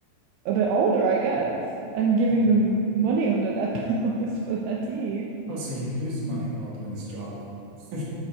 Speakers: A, on the right; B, on the right.
A: a bit older, I guess, and giving
B: Mhm.
A: them money under their <laughs> pillows for their teeth.
B: Also, you lose money while doing this job. <laughs>